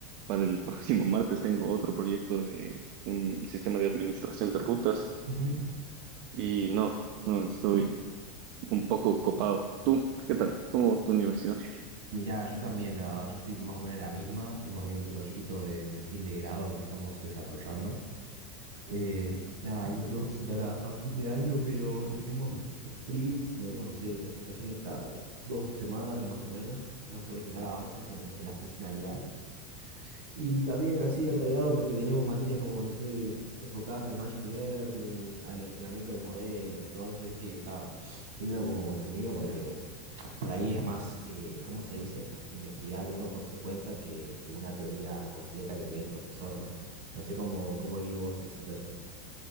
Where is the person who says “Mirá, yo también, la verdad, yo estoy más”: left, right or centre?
Right